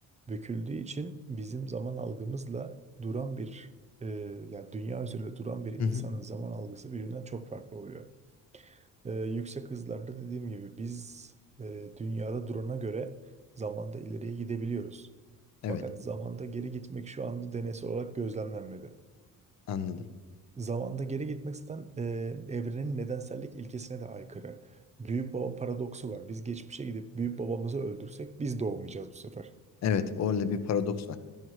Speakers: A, on the right; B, on the left.
A: Büküldüğü için bizim zaman algımızla duran bir e, yani dünya üzerinde duran bir
B: hı
A: insanın
B: hı,
A: zaman algısı birbirinden çok farklı oluyor. Ee, yüksek hızlarda dediğim gibi biz e, dünyada durana göre zamanda ileriye gidebiliyoruz. Fakat
B: evet,
A: zamanda geri gitmek şu anda deneysel olarak gözlemlenmedi.
B: anladım.
A: Zamanda geri gitmek zaten e, evrenin nedensellik ilkesine de aykırı. Büyük baba paradoksu var. Biz geçmişe gidip büyük babamızı öldürsek biz doğmayacağız bu sefer.
B: Evet, orada bir paradoks var.